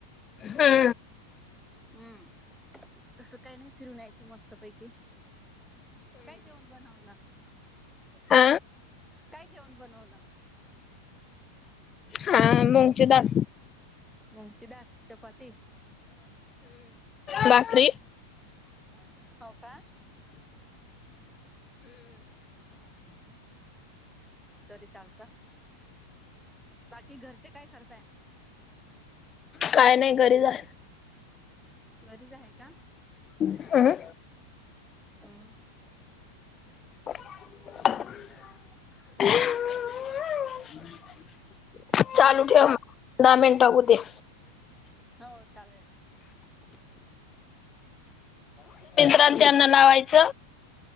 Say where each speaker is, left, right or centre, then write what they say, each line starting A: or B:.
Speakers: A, on the left (about 25°); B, in the centre.
A: हा.
B: हम्म. तसं काही नाही, फिरून या. च मस्त पैकी काय जेवण बनवला.
A: आ.
B: काय जेवण बनवलं.
A: हा मुगची डाळ.
B: मुंगची डाळ चपाती.
A: लाकडी <inaudible> हम्म
B: हो का तरी चालत, बाकी घरचे काय करताये.
A: काय नाही घरीच जा.
B: घरीच आहे का?
A: हम्म
B: हम्म
A: <unintelligible>
B: हॅलो
A: चालू ठेवा दहा मिनिट होऊ द्या.
B: हो चालेल.
A: तर त्यांना लावाय च